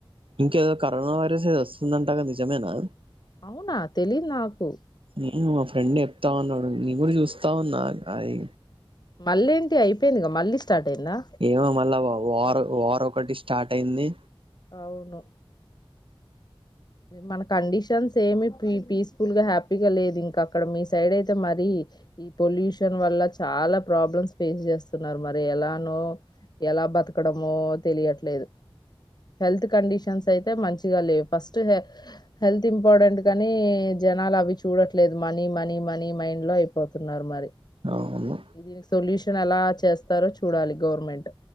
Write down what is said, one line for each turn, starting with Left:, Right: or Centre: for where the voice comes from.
Right: ఇంకేదో కరోనా వైరస్ ఏది వస్తుందంటాగా నిజమేనా
Left: అవునా తెలిదు నాకు
Right: నే మా ఫ్రెండ్ చెప్తుంది నేను కూడా చూస్తావున్నా అది
Left: మళ్ళ ఏంటి అయిపోయిందిగా మళ్ళీ స్టార్ట్ అయిందా
Right: ఏమో మళ్ళ వార్ ఒకటి స్టార్ట్ అయింది
Left: అవును మన కండిషన్స్ ఏమి పీస్ఫుల్ గా హ్యాపీగా లేదు ఇంకా అక్కడ మీ సైడ్ అయితే మరి ఈ పొల్యూషన్ వల్ల చాలా ప్రాబ్లమ్స్ ఫేస్ చేస్తున్నారు మరి ఎలానో ఎలా బతకడమో తెలియట్లేదు హెల్త్ కండిషన్స్ అయితే మంచిగా లేవు ఫస్ట్ హెల్త్ ఇంపార్టెంట్ కానీ జనాలు అవి చూడట్లేదు మనీ మనీ మనీ మైండ్ లో అయిపోతున్నారు మరి
Right: అవును.
Left: దీనికి సొల్యూషన్ ఎలా చేస్తారో చూడాలి గవర్నమెంట్